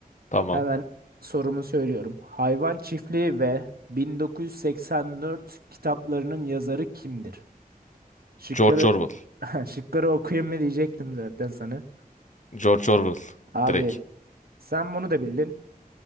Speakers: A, on the left; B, on the right.
A: Tamam.
B: Hemen sorumu söylüyorum. Hayvan Çiftliği ve 1984 kitaplarının yazarı kimdir? Şıkları
A: George Orwell.
B: <laughs> şıkları okuyayım mı diyecektim zaten sana.
A: George Orwell.
B: Abi
A: Direkt.
B: sen bunu da bildin.